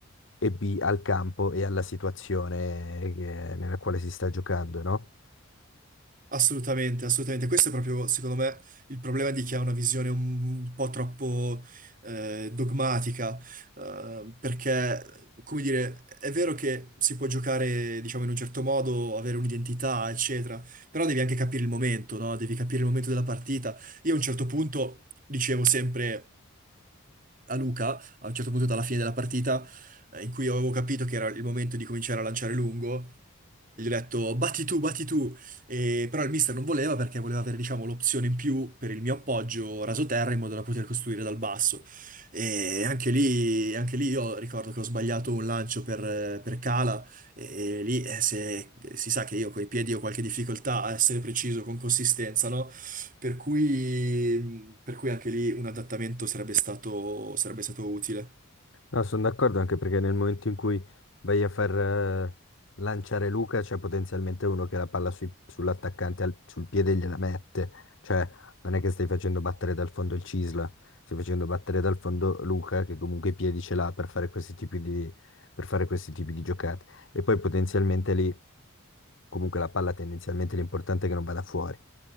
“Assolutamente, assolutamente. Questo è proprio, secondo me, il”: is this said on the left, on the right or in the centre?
Right